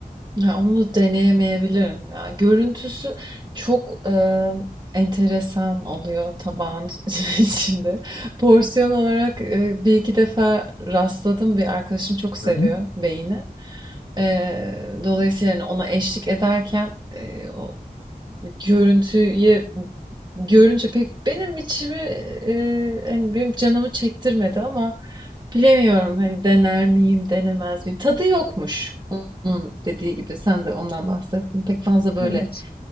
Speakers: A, on the right; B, on the left.
A: Ya onu deneyemeyebilirim ya. Görüntüsü çok eee, enteresan oluyor tabağın <laughs> içinde. Porsiyon olarak eee, bir iki defa rastladım. Bir arkadaşım çok seviyor
B: Hı hı.
A: beyni. Eee, dolayısıyla yani ona eşlik ederken eee, o Görüntüye görünce pek benim içimi, eee, hani, benim canımı çektirmedi ama bilemiyorum, hani, dener miyim, denemez miyim? Tadı yokmuş onun dediği gibi. Sen de ondan bahsettin. Pek fazla böyle,
B: Evet.